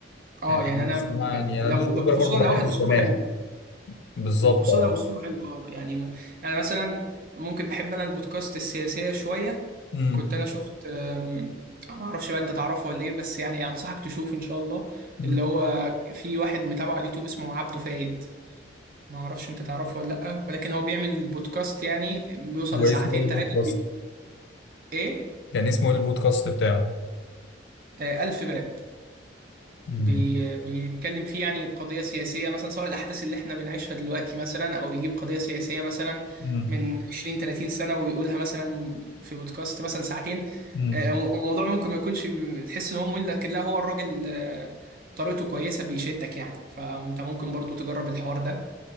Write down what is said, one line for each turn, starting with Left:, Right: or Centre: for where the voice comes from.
Right: اه
Left: يعني
Right: يعني
Left: بس
Right: انا ب-
Left: ما
Right: ب-
Left: يعني انا
Right: لو
Left: بنسبه
Right: لو-
Left: كبيره
Right: وخصوصا
Left: برضه بحب
Right: لو واحد
Left: السماع
Right: اسلوبه حلو
Left: بالظبط
Right: وخصوصا
Left: اه
Right: لو اسلوبه حلو اه يعني م- انا مثلا ممكن بحب انا البودكاست السياسيه شويه
Left: امم
Right: كنت انا شفت أم، آه، ما اعرفش بقى انت تعرفه ولا ايه بس يعني انصحك تشوف ان شاء الله
Left: أمم.
Right: اللي هو في واحد متابعه على اليوتيوب اسمه عبده فايد ما اعرفش انت تعرفه ولا لا ولكن هو بيعمل بودكاست يعني بيوصل
Left: هو
Right: لساعتين
Left: اسمه ايه البودكاست
Right: ثلاثه ايه
Left: كان اسمه ايه البودكاست بتاعه
Right: آه، ألف باب
Left: امم
Right: بي بيتكلم فيه يعني قضية سياسية مثلا سواء الأحداث اللي احنا بنعيشها دلوقتي مثلا أو يجيب قضية سياسية مثلا
Left: مم.
Right: من 20 30 سنة ويقولها مثلا في بودكاست مثلا ساعتين
Left: مم.
Right: آه، الموضوع ممكن ما يكونش م- تحس إن هو ممل لكن لا هو الراجل آه، طريقته كويسة بيشدك يعني فأنت ممكن برضو تجرب الحوار ده